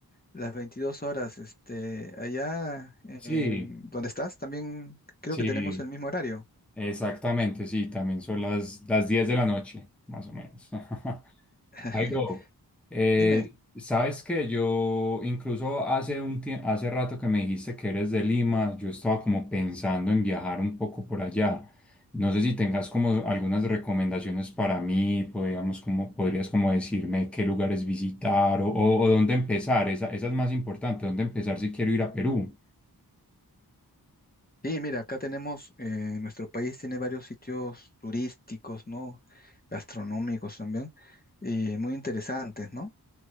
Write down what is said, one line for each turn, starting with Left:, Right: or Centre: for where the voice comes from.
Left: las 22 horas, este, allá en
Centre: Sí,
Left: donde estás, también creo
Centre: sí,
Left: que tenemos el mismo horario.
Centre: exactamente, sí, también son las, las 10 de la noche, más o menos. <laughs>
Left: <laughs>
Centre: Jairo, eh,
Left: Dime.
Centre: sabes que yo incluso hace un tie- hace rato que me dijiste que eres de Lima, yo estaba como pensando en viajar un poco por allá. No sé si tengas como algunas recomendaciones para mí, podríamos como, podrías como decirme qué lugares visitar o, o- o dónde empezar. Esa, esa es más importante, dónde empezar si quiero ir a Perú.
Left: Sí, mira, acá tenemos, eh, nuestro país tiene varios sitios turísticos, ¿no? Gastronómicos también, y muy interesantes, ¿no?